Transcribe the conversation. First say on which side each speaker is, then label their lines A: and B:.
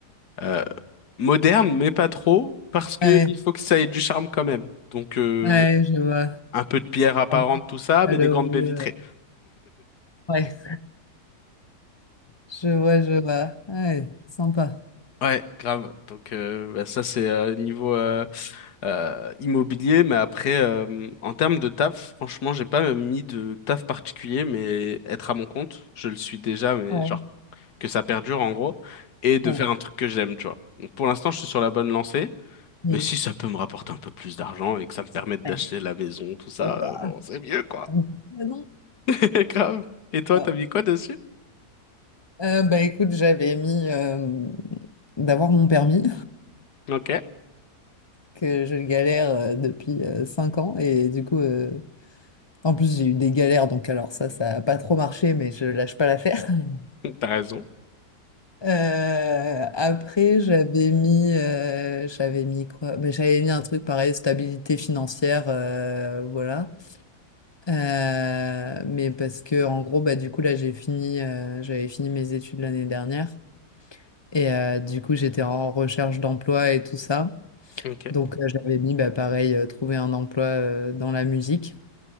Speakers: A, on the left (about 80°); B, on the left (about 45°).
A: euh, moderne mais pas trop, parce que
B: Ouais,
A: il faut que ça ait du charme quand même. Donc euh,
B: ouais, je vois.
A: un peu de pierre
B: C'est
A: apparente,
B: sympa.
A: tout ça,
B: Allô,
A: mais des grandes baies vitrées.
B: euh, ouais, je vois, je vois. Ouais, sympa.
A: Ouais, grave. Donc euh, bah, ça c'est euh, niveau euh, euh, immobilier, mais après euh, en termes de taf, franchement j'ai pas mis de taf particulier, mais être à mon compte, je le suis déjà, mais
B: Ouais.
A: genre que ça perdure en gros, et de
B: Ouais.
A: faire un truc que j'aime, tu vois. Donc pour l'instant je suis sur la bonne lancée,
B: Mm.
A: mais si ça peut me rapporter un peu plus d'argent et que ça me permette d'acheter
B: Ouais.
A: la maison, tout ça,
B: Hop là.
A: euh, bon c'est mieux quoi.
B: Ah non.
A: <laughs> Grave. Et toi
B: Ah.
A: t'as mis quoi dessus?
B: Euh, bah écoute, j'avais mis euh, d'avoir mon permis.
A: Ok,
B: que je galère euh, depuis euh, 5 ans. Et du coup, euh, en plus, j'ai eu des galères, donc alors ça, ça n'a pas trop marché, mais je lâche pas l'affaire. <laughs>
A: t'as raison.
B: Euh, après, j'avais mis, euh, j'avais mis quoi? Ben, j'avais mis un truc pareil, stabilité financière, euh, voilà. Euh, mais parce que en gros, bah du coup là, j'ai fini, euh, j'avais fini mes études l'année dernière et euh, du coup, j'étais en recherche d'emploi et tout ça.
A: Ok,
B: Donc, euh, j'avais mis, bah pareil, euh, trouver un emploi euh, dans la musique.